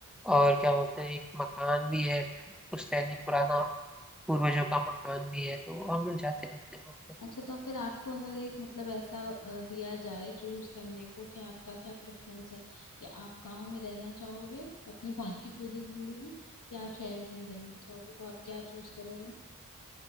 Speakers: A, in the centre; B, on the left (about 80°).
A: और क्या बोलते हैं एक मकान भी है पुश्तैनी पुराना पूर्वजों का मकान भी है तो हम लोग जाते रहते हैं वहाँ
B: अच्छा तो फिर आपको अगर एक मतलब ऐसा अ, दिया जाए चूज करने को कि आपका क्या प्रेफरेंस है कि आप गांव में रहना चाहोगे अपनी <laughs> बाकी पूरी जिंदगी कि आप शहर में ही रहना चाहोगे तो आप क्या चूज करोगे